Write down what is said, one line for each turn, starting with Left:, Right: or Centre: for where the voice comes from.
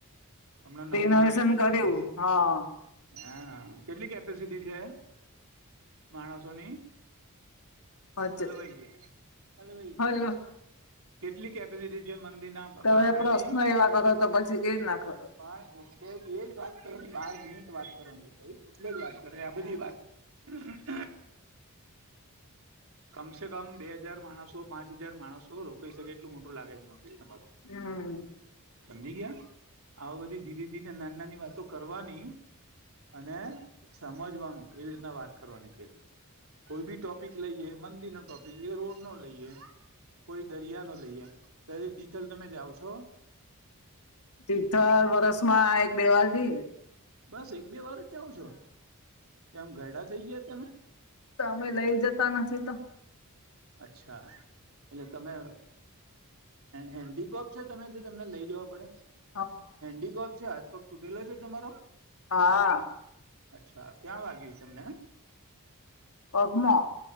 Right: હમણા નવું
Left: રિનોવેશન
Right: બનાવ્યું છે ને
Left: કર્યું
Right: આખું
Left: હા
Right: હા કેટલી કેપેસિટી છે માણસોની
Left: હજ
Right: અલવાઈ ગ અલ વઈ ગયા
Left: હલો
Right: કેટલી કેપેસિટી છે મંદિર
Left: તમે
Right: પાંગણ
Left: પ્રશ્ન
Right: ની
Left: એવા કરો તો પછી કેવી નાખ
Right: પણ એટલે એજ વાત કરી બાર મિનિટ વાત કરવા ભાઈ એટલે જ વાત કરે આ બધી વાત હ કમસે કમ બે હજાર માણસો પાંચ હજાર માણસો રોકાઈ શકે એટલું મોટું લાગે છે મંદિ તમારું
Left: હમ
Right: સમજી ગયા આ બધી ધીરે ધીરે નાની નાની વાતો કરવાની અને સમજવાનું કેવી રીતના વાત કરવાની કે કોઈ બી ટોપિક લઈએ મંદીર નો ટોપિક લઈએ રોડ નો લઈએ કોઈ દરિયા ન લઈએ દર તિથલ તમે જાઓ છો
Left: તિથર વર્ષમાં એક બેવાર જોઈએ
Right: બસ એક બે વાર જ જાઓ છો કેમ ગરડા થઈ ગયા તમે
Left: તો અમે લઈ જતા નથી તો
Right: અચ્છા એટલે તમે હેન્ડીકોપ છે તમે તો તમને લઈ જવા પડે
Left: વા
Right: હેન્ડીકોપ છે હાથ પગ તૂટેલો છે તમારો
Left: હા
Right: અચ્છા ક્યાં વાગ્યું તમને
Left: પગમાં